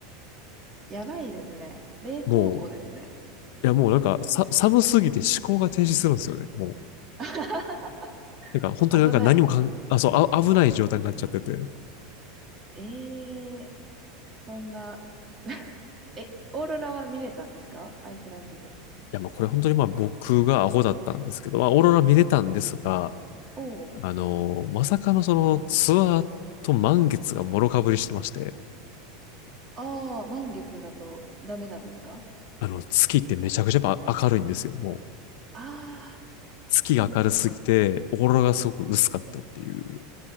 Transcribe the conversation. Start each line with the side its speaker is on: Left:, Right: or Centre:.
Right: ー、やばいですね。冷凍庫ですね。
Left: もう、いやもうなんかさ、寒すぎて思考が停止するんですよね。もう、
Right: <laughs>
Left: なんか本当になんか何もかん、
Right: 危ない。
Left: あ、そう、あ、危ない状態になっちゃってて。い
Right: えー、そんな。<laughs> え、オーロラは見れたんですかアイスランドで。
Left: やもうこれ本当にまあ僕がアホだったんですけど、まあオーロラ見れたんですが、
Right: おー。
Left: あの、まさかのそのツアーと満月がもろかぶりしてまして、
Right: ああ、満月だとダメなんですか
Left: あの、月ってめちゃくちゃやっぱ明るいんですよ、もう。
Right: ああー、
Left: 月が明るすぎて、
Right: そういうことか。
Left: オーロラがすごく薄かったっていう。